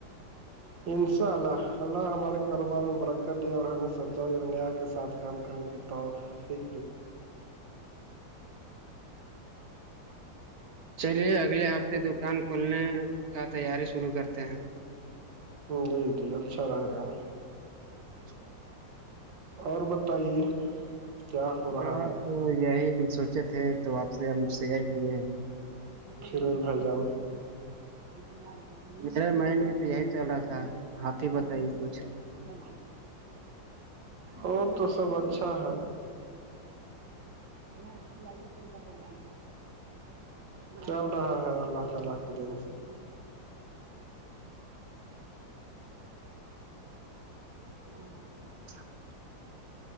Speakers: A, on the right (about 75°); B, on the right (about 55°).
A: پ <inaudible> انشاء اللہ اللہ ہمارے کاروبار میں برکت دے اور ہمیں سچائی اور نیا کے ساتھ کام کرنے کے تو فیک د
B: چلیے اگلے ہفتے دکان کھولنے کا تیاری شروع کرتے ہیں
A: جی جی اچھا رہے گا
B: ج <inaudible>
A: اور بتائیے کیا ہو رہا
B: ہاں
A: ہے
B: تو یہی ہم سوچے تھے تو آپ سے ہم شیئر کیے
A: سیروز بھائی جام <unintelligible> ا ہم بھی
B: میرے
A: بکریا
B: مائنڈ
A: کولو
B: میں تو
A: ک
B: یہی چل رہا تھا
A: پ
B: آپ ہی بتائیے کچھ
A: اور تو سب اچھا ہے اں رھی لائی بلب کر اللہ تعالی کے دین سے <unintelligible>
B: اچھا <inaudible>